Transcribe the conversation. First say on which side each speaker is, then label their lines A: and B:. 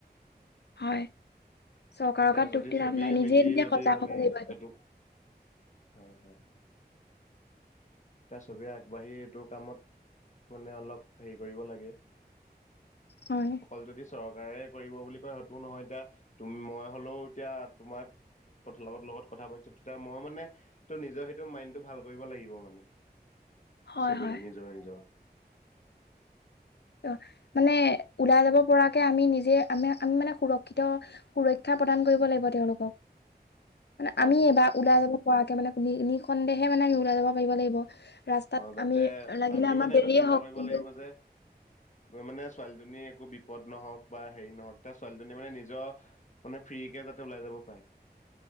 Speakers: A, on the left; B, on the left.
A: হয়। চৰকাৰৰ
B: এতিয়া
A: গাত
B: যদি
A: দুখ দি
B: চবেই
A: লাভ নাই নিজে
B: মিলি
A: নিজে
B: যদি
A: সজাগ
B: মানে
A: হ'ব লাগিব
B: এইটো হয় হয়। এতিয়া সবে আগবাঢ়ি এইটো কামত মানে অলপ হেৰি কৰিব লাগে।
A: হয়
B: অকল যদি চৰকাৰে কৰিব বুলি কয় সেইটো নহয় এতিয়া তুম মই হলেও এতিয়া তোমাক কথাৰ লগত লগত কথা পাতিছো তেতিয়া মই মানে ত নিজৰ সেইটো মাইণ্ডটো ভাল কৰিব লাগিব মানে।
A: হয়
B: চবেই
A: হয়।
B: নিজৰ- নিজৰ।
A: অ মানে ওলাই যাব পৰাকে আমি নিজে আমি আমি মানে সুৰক্ষিত সুৰক্ষা প্ৰদান কৰিব লাগিব তেওঁলোকক। মানে
B: হয়
A: আমি
B: হয়
A: এবাৰ ওলাই যাব পৰাকে মানে কুনি নি সন্দেহে মানে আমি ওলাই যাব পাৰিব লাগিব। ৰাস্তাত
B: অ যাতে
A: আমি লাগিলে
B: আমি
A: আমাৰ
B: মানে
A: দেৰিয়ে
B: এইটো চিন্তা
A: হওক
B: কৰিব
A: কিন্তু
B: লাগিব যে মানে ছোৱালীজনী একো বিপদ নহওক বা হেৰি নহওক এ ছোৱালীজনী মানে নিজৰ মানে। ফ্ৰীকে যাতে ওলাই যাব পায়